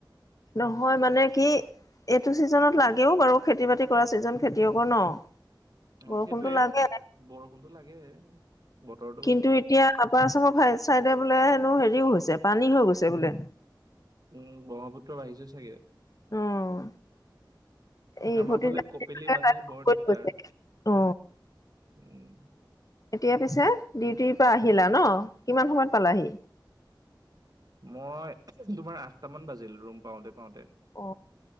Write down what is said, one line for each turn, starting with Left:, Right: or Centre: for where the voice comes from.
Left: নহয় মানে কি। এইটো ছিজনত লাগেও বাৰু খেতি বাতি কৰা ছিজন খেতিয়কৰ ন। বৰষুণতো
Right: অ সেইটোয়ে
Left: লাগে
Right: বৰষুণতটো লাগে। বতৰটো
Left: কিন্তু এতিয়া আপাৰ আচামৰাই চাইডে বোলে হেনো হেৰিও হৈছে পানী হৈ গৈছে বোলে।
Right: উম ব্ৰহ্মপুত্ৰ বাঢ়িছে চাগে।
Left: অ' এই
Right: আমাৰ
Left: ভতিজা
Right: ফালেও কপিলি বাঁহে বৰ
Left: ফোন
Right: দিগদাৰ।
Left: কৈছে। অ
Right: উম
Left: এতিয়া পিছে ডিউটিৰ পৰা আহিলা ন কিমান সময়ত পালাহি।
Right: মই তোমাৰ আঠটামান বাজিল ৰুম পাওঁতে-পাওঁতে।
Left: অ